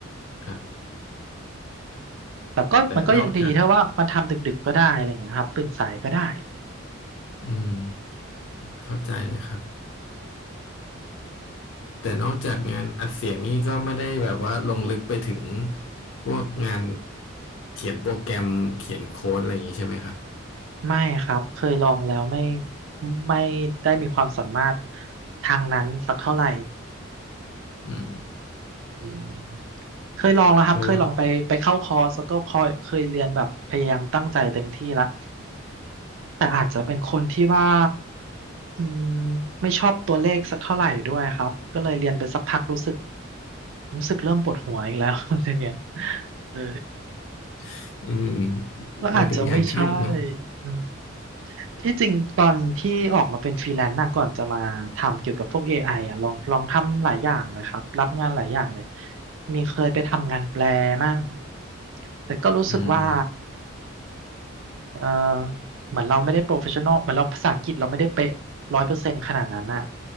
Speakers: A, on the left; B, on the right.
A: ครับ
B: แต่ก็มันก็ยังดีถ้าว่ามันทำดึกๆก็ได้อะไรอย่างเงี้ยครับตื่นสายก็ได้
A: แต่นอกจากอืมเข้าใจเลยครับแต่นอกจากงานอัดเสียงนี่ก็ไม่ได้แบบว่าลงลึกไปถึงพวกงานเขียนโปรแกรมเขียนโค้ดอะไรอย่างนี้ใช่ไหมครับ
B: ไม่ครับเคยลองแล้วไม่ไม่ได้มีความสามารถทางนั้นสักเท่าไหร่
A: อืม
B: อืมเคยลองแล้วครับเคยลองไปไปเข้าคอร์สแล้วก็คอยเคยเรียนแบบพยายามตั้งใจเต็มที่ละ
A: เพราะว่า
B: แต่อาจจะเป็นคนที่ว่าอืมไม่ชอบตัวเลขสักเท่าไหร่ด้วยครับก็เลยเรียนไปสักพักรู้สึกรู้สึกเริ่มปวดหัวอีกแล้ว <laughs> อะไรเงี้ยเออ
A: <laughs> อืม
B: ก็อาจจะไม่ใช่
A: มันเป็นงานเครียดเนอะ
B: อืมที่จริงตอนที่ออกมาเป็นฟรีแลนซ์นะก่อนจะมาทำเกี่ยวกับพวก AI อไออ่ะลองลองทำหลายอย่างเลยครับรับงานหลายอย่างเลยมีเคยไปทำงานแปลมั่งแต่ก็รู้สึกว่า
A: อืม
B: เออเหมือนเราไม่ได้โปรเฟชชั่นอลเหมือนเราภาษาอังกฤษเราไม่ได้เป๊ะร้อยเปอร์เซ็นต์ขนาดนั้นอ่ะ